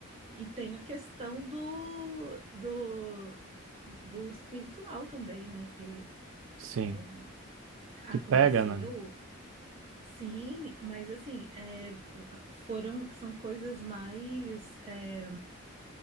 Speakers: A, on the right (about 30°); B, on the right (about 70°).
A: E tem a questão do, do, do espiritual também, né? Que
B: sim.
A: é, aconteceu,
B: Que pega, né?
A: sim, mas assim, é, foram, são coisas mais, é,